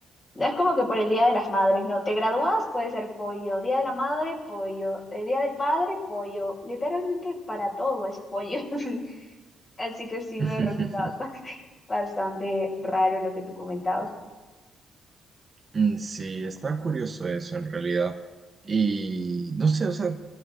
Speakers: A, on the left; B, on the right.
A: No es como que por el Día de las Madres, no. Te gradúas, puede ser pollo. Día de la Madre, pollo. El Día del Padre, pollo. Literalmente para todo es pollo. <laughs> Así que sí me
B: <laughs>
A: resultaba bas- bastante raro lo que tú comentabas.
B: Mm, Sí, está curioso eso en realidad. Y no sé, o sea,